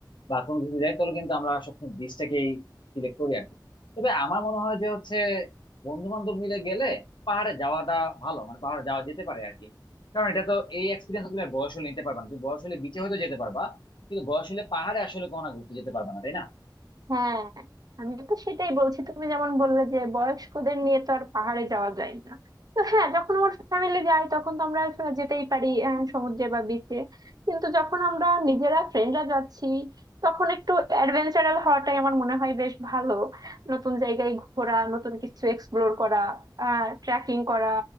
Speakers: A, on the left; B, on the right.
A: বা কোনো কিছু যাই তাহলে কিন্তু আমরা সবসময় বিচটাকেই সিলেক্ট করি আর কি তবে আমার মনে হয় যে হচ্ছে বন্ধু বান্ধব মিলে গেলে পাহাড়ে যাওয়াটা ভালো মানে পাহাড়ে যাওয়া যেতে পারে আর কি কারণ এটা তো এই এক্সপিরিয়েন্স তুমি আর বয়স হলে নিতে পারবে না তুমি বয়স হলে বিচে হয়তো যেতে পারবা কিন্তু বয়স হলে পাহাড়ে আসলে কখনো ঘুরতে যেতে পারবে না তাই না
B: হ্যাঁ আমি তো সেটাই বলছি তুমি যেমন বললে যে বয়স্কদের নিয়ে তো আর পাহাড়ে যাওয়া যায় না তো হ্যাঁ যখন আমার ফ্যামিলি যায় তখন তো আমরা স- যেতেই পারি আহ, সমুদ্রে বা বিচে কিন্তু যখন আমরা নিজেরা ফ্রেন্ডরা যাচ্ছি তখন একটু অ্যাডভেঞ্চারাল হওয়াটাই আমার মনে হয় বেশ ভালো নতুন জায়গায় ঘোরা নতুন কিছু এক্সপ্লোর করা আহ ট্রেকিং করা